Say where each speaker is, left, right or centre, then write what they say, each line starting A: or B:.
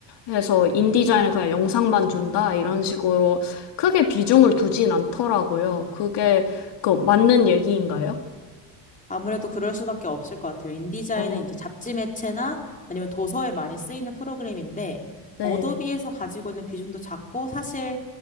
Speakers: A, on the left; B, on the left.
A: 해서 인디자인을 그냥 영상만 준다, 이런 식으로 크게 비중을 두진 않더라고요. 그게 그 맞는 얘기인가요?
B: 아무래도 그럴 수밖에 없을 것 같아요. 인디자인은
A: 어,
B: 이제 잡지 매체나 아니면 도서에 많이 쓰이는 프로그램인데,
A: 네,
B: 어도비에서 가지고 있는 비중도 작고, 사실,